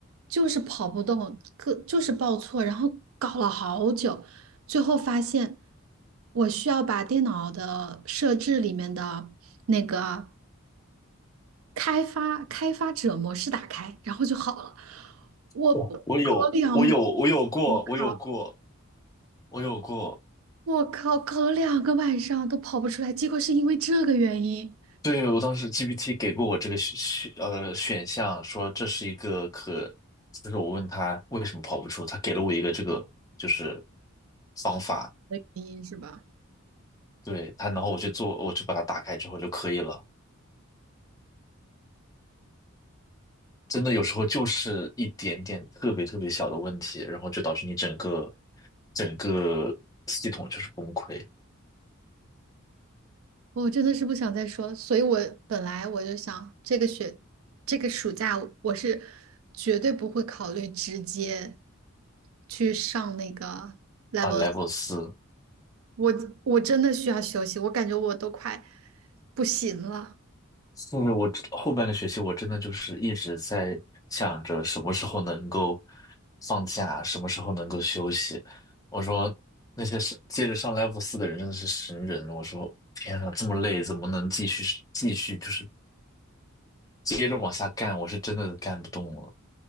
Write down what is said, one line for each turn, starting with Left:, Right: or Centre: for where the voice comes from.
Right: 就是跑不动，个就是报错，然后搞了好久，最后发现我需要把电脑的设置里面的那个开发开发者模式打开，然后就好了。我搞了两个，
Left: 哦，我有，我有，我有过，
Right: 我靠，
Left: 我有过，我有过。
Right: 我靠，搞了两个晚上都跑不出来，结果是因为这个原因
Left: 对，我当时 GPT 给过我这个选选呃选项，说这是一个可，就是我问他为什么跑不出，他给了我一个这个就是方法，
Right: 的原因是吧？
Left: 对他，然后我去做，我去把它打开之后就可以了。真的有时候就是一点点特别特别小的问题，然后就导致你整个整个系统就是崩溃
Right: 我真的是不想再说所以我本来我就想，这个学，这个暑假我是绝对不会考虑直接去上那个 level，
Left: 啊，level 四。
Right: 我我真的需要休息，我感觉我都快不行了，
Left: 甚至我后半个学期，我真的就是一直在想着什么时候能够放假，什么时候能够休息。我说那些是接着上 level 四的人真的是神人。我说天呐，这么累，怎么能继续继续就是接着往下干？我是真的干不动了。